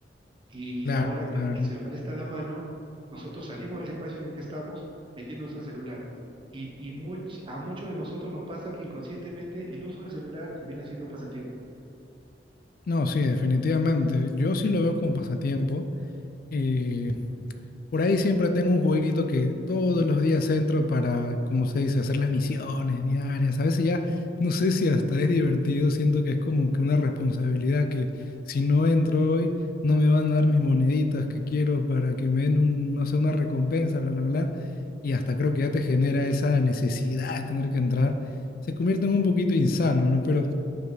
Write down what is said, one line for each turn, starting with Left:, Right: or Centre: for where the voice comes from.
Right: Y
Left: Claro,
Right: ahora
Left: claro.
Right: que el celular está a la mano, nosotros salimos del espacio en el que estamos metiéndonos al celular. Y, y much- a muchos de nosotros nos pasa que inconscientemente el uso del celular termina siendo un pasatiempo.
Left: No, sí, definitivamente. Yo sí lo veo como pasatiempo. Eh, Por ahí siempre tengo un jueguito que todos los días entro para, como se dice, hacer las misiones diarias. A veces ya no sé si hasta es divertido, siento que es como que una responsabilidad que si no entro hoy no me van a dar mis moneditas que quiero para que me den un, no sé, una recompensa, bla, bla, bla. Y hasta creo que ya te genera esa necesidad de tener que entrar. Se convierte en un poquito insano, ¿no? Pero,